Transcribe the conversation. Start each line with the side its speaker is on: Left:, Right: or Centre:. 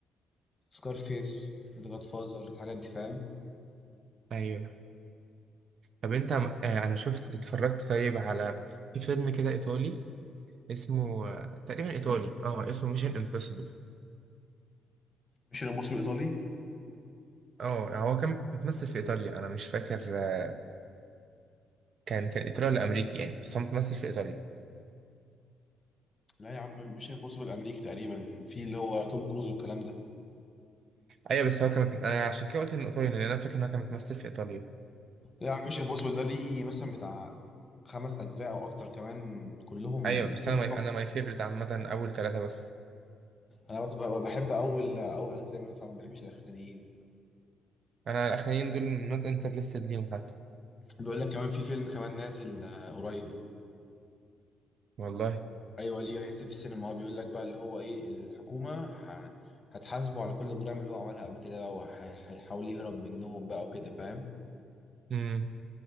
Left: سكارفيس ذا جاد فازر الحاجات دي فاهم
Right: ايوه طب انت آه، انا شفت اتفرجت طيب على في فيلم كده ايطالي اسمه آه، تقريبا ايطالي اه اسمه ميشن امبوسيبل
Left: مش الامبوسيبل الايطالي
Right: اه هو كان بيتمثل في ايطاليا انا مش فاكر آه، كان كان ايطالي ولا امريكي يعني بس هو متمثل في ايطاليا
Left: لا يا عم مش الامبوسيبل الامريكي تقريبا في اللي هو توم كروز والكلام ده
Right: ايوه بس هو كان انا عشان كده قلت انه ايطالي لان انا فاكر ان هو كان متمثل في ايطاليا
Left: لا يا عم مش الامبوسيبل ده ليه مثلا بتاع خمس اجزاء او اكتر كمان كلهم
Right: ايوه
Left: مفهوم
Right: بس انا
Left: تحفة.
Right: ماي... انا ماي فيفرت عامه اول ثلاثه بس
Left: انا برضو ب- بحب اول اول اجزاء منه فما بحبش الاخرانيين
Right: انا الاخرين دول نوت انترستد ليهم حتى
Left: بيقول لك كمان في فيلم كمان نازل آه، قريب
Right: والله
Left: ايوه ليه هينزل في السينما هو بيقول لك بقى اللي هو ايه الحكومه ه- هتحاسبه على كل الجرائم اللي هو عملها قبل كده بقى وهيحاول يهرب منهم بقى وكده فاهم
Right: امم